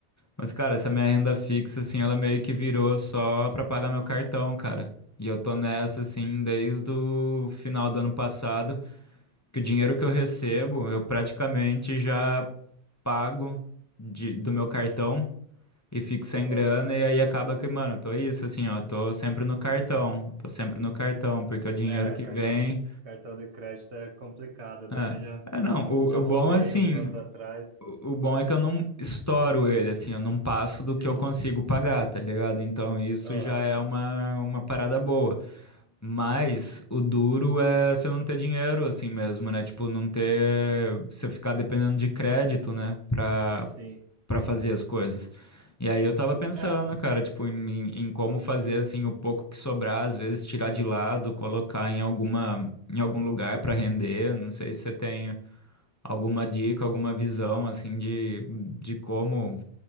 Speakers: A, on the left; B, on the right.
A: mas, cara, essa minha renda fixa, assim, ela meio que virou só pra pagar meu cartão, cara. E eu tô nessa, assim, desde o final do ano passado, que o dinheiro que eu recebo, eu praticamente já pago de- do meu cartão e fico sem
B: Aham.
A: grana, e aí acaba que, mano, eu tô isso, assim, ó, tô sempre no cartão, tô sempre no cartão, porque é o dinheiro
B: É,
A: que
B: cartão
A: vem.
B: de, cartão de crédito é complicado. Eu
A: É,
B: também já,
A: é não, o,
B: já
A: o
B: rodei
A: bom é assim,
B: uns anos atrás.
A: o, o bom é que eu não estouro ele, assim, eu não passo do que
B: Sim.
A: eu consigo pagar, tá ligado? Então isso
B: Aham.
A: já é uma, uma parada boa. Mas o duro é você não ter dinheiro assim mesmo, né? Tipo, não ter. Você ficar dependendo de crédito, né? Pra,
B: Sim.
A: para fazer as coisas. E aí eu tava pensando,
B: É,
A: cara, tipo, em, em como fazer assim o pouco que sobrar, às vezes tirar de lado, colocar em alguma em algum lugar para render. Não sei se você tem alguma dica, alguma visão assim de, de como